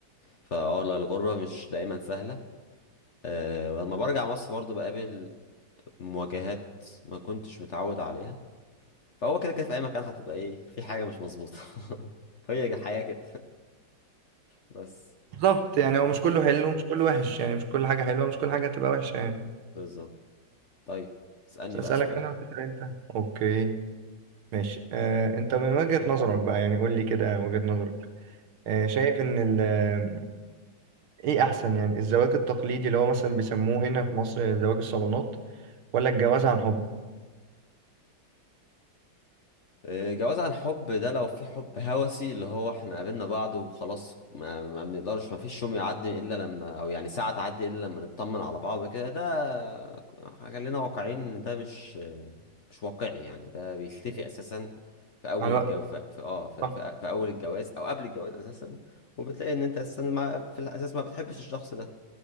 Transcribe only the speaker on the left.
فاه لا الغربه مش دايما سهله أه ولما برجع مصر برضو بقابل مواجهات ما كنتش متعود عليها فهو كده كده في اي مكان هتبقى ايه في حاجة مش مظبوطة <laughs> هي الحياة كده <laughs> بس
بالظبط طيب اسألني
بقى سؤال
إيه، جواز عن حب ده لو في حب هوسي اللي هو احنا قابلنا بعض وخلاص ما, ما بنقدرش ما فيش يوم يعدي الا لما او يعني ساعة تعدي الا لما نطمن على بعض كده ده خلينا واقعيين ان ده مش مش واقعي يعني ده بيختفي اساسا في اول
الجواز في في- اه في,
في, في اول الجواز او قبل الجواز اساسا وبتلاقي ان انت اساسا ما في الاساس ما بتحبش الشخص ده